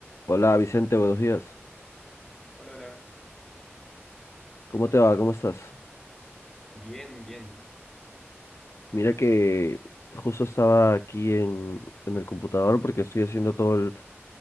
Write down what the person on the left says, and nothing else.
Hola Vicente, buenos días.
¿Cómo te va? ¿Cómo estás?
Mira que justo estaba aquí en, en el computador porque estoy haciendo todo el,